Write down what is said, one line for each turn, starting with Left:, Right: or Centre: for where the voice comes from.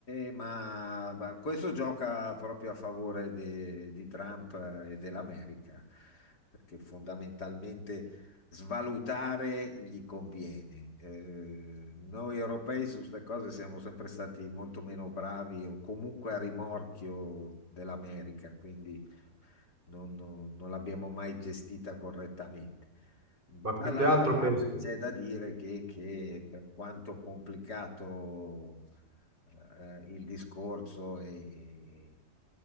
Left: Eh, ma, ma questo gioca proprio a favore de- di Trump e dell'America, perché fondamentalmente svalutare gli conviene. Eh, noi europei su queste cose siamo sempre stati molto meno bravi o comunque a rimorchio dell'America, quindi non non- non l'abbiamo mai gestita correttamente. Dall'altra
Right: Ma più che altro
Left: parte
Right: penso.
Left: c'è da dire che, che per quanto complicato eh, il discorso, e, e-